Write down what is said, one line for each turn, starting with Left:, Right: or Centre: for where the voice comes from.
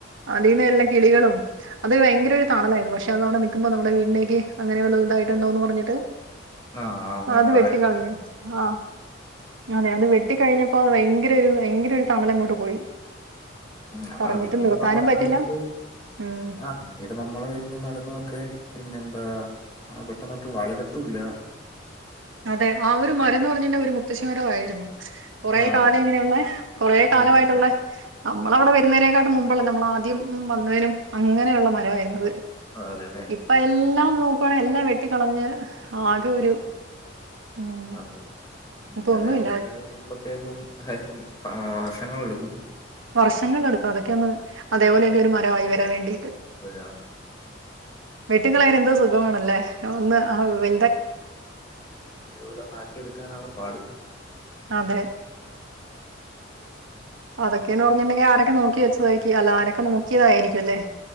Right: അതിന്ന് എല്ലാം കിളികളും. അത് ഭയങ്കര ഒരു തണലായിരുന്നു പക്ഷെ അത് അവിടെ നിക്കുമ്പോ നമ്മുടെ വീടിലേക്ക് അങ്ങനെ ഒരു ഇതായിട്ടുണ്ടാവും എന്ന് പറഞ്ഞിട്ട്-
Left: ആ ആ വൈ
Right: അത്
Left: മഴ
Right: ആഹ് ഞാന് - വെട്ടി കഴിഞ്ഞപ്പോ ഭയങ്കര ഒരു ഭയങ്കര ഒരു തണല് എങ്ങോട്ടോ പോയി
Left: ഉം അതാണ്
Right: പറഞ്ഞിട്ട്
Left: പിന്നീട്ട്
Right: നിർത്താനും
Left: നമ്മൾ
Right: പറ്റില്ല
Left: നടുന്നത്
Right: ഉം
Left: ആ പിന്നീട്ട് നമ്മളെ വല്ലം നടുന്ന ഒക്കെ പിന്നെ എന്താ പെട്ടെന്ന് ഒട്ട് വളരത്തുല്ല
Right: അതെ ആ ഒരു മരംയെന്ന് പറഞ്ഞ് കഴിഞ്ഞാൽ തന്നെ ഒരു മുത്തശ്ശിമരം ആയിരുന്നു കുറ
Left: ആ
Right: കാലം ഇങ്ങനെയുള്ള കൊറേ കാലമായിട്ടുള്ള
Left: അതെ അതെ
Right: നമ്മൾ അവിടെ വരുന്നേന് മുമ്പല്ലേ നമ്മൾ ആദ്യം വന്നതിനും അങ്ങനെയുള്ള മരമായിരുന്നത്
Left: അതെല്ലേ
Right: ഇപ്പൊ എല്ലാം നോക്കുവാണെ എല്ലാം വെട്ടിക്കളഞ്ഞ് ആകെ ഒരു ഉം
Left: അതെ ഉം
Right: ഇപ്പൊ
Left: അതെ
Right: ഒന്നുമില്ല
Left: പോലെത്തന്നെ <unintelligible> മുമ്പത്തേക്കും കാര്യങ്ങൾ ആ വർഷങ്ങൾ എടുക്കും
Right: വർഷങ്ങളെടുക്കും അതൊക്കെ ഒന്ന് അതേപോലെയൊക്കെ ഒരു മരമായി വരാൻ വേണ്ടി
Left: <unintelligible>
Right: വെട്ടി കളയാൻ എന്ത് സുഖമാണ്ല്ലേ ഒന്ന് വെ
Left: അതുപോലൊന്ന് ആക്കി എടുക്കാനാണ് പാട്.
Right: അതെ അതൊക്കെന്ന് പറഞ്ഞിട്ടുണ്ടെങ്കിൽ ആരൊക്കെ നോക്കി വെച്ചതായിരിക്കും അല്ല ആരൊക്കെ നോക്കിയതായിരിക്കും അല്ലേ?